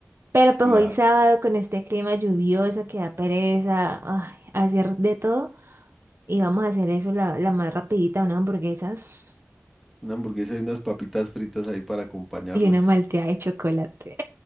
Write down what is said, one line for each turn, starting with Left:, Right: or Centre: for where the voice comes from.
Right: Pero pues
Centre: Claro,
Right: hoy sábado con este clima lluvioso que da pereza, ay, hacer de todo. Y vamos a hacer eso la, la más rapidita, unas hamburguesas
Centre: una hamburguesa y unas papitas fritas ahí para acompañarlas.
Right: y una malteada de chocolate.